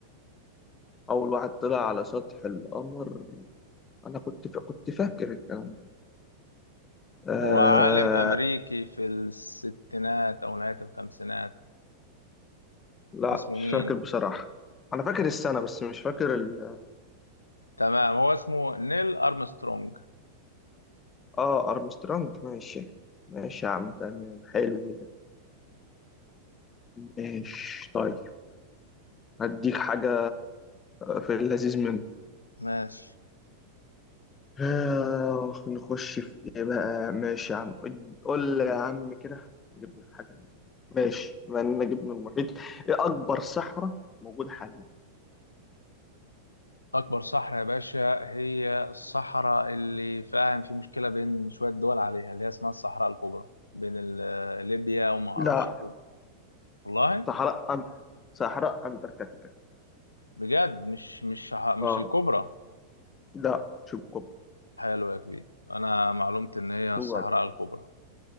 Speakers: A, on the left (about 20°); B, on the left (about 80°).
A: أول واحد طلع على سطح القمر انا كنت ف... كنت فاكر الكلام ده. آه...
B: هو عالم أمريكي في الستينات أو نهاية الخمسينات
A: لا
B: اسمه
A: مش
B: مين؟
A: فاكر بصراحة انا فاكر السنة بس مش فاكر ال...
B: تمام هو اسمه نيل أرمسترونج
A: اه ارمسترونج ماشي ماشي يا عم تمام حلو ده ماشي طيب هديك حاجة في اللذيذ منه
B: ماشي
A: آه... نخش في ايه بقى ماشي يا عم قول لي يا عم كده نجيب لك حاجة ماشي بما اننا جبنا المحيط ايه اكبر صحراء موجودة حاليا
B: أكبر صحراء يا باشا هي الصحراء اللي فاهم في مشكلة بين شوية دول عليها اللي هي اسمها الصحراء الكبرى بين ال- آه، ليبيا وما أعرفش
A: لا
B: دول والله
A: صحراء أن... صحراء انتاركتيكا
B: بجد مش مش ح- مش
A: اه
B: الكبرى
A: لا شوف كوب
B: حلو يا كبير أنا معلومتي إن هي الصحراء
A: وعد
B: الكبرى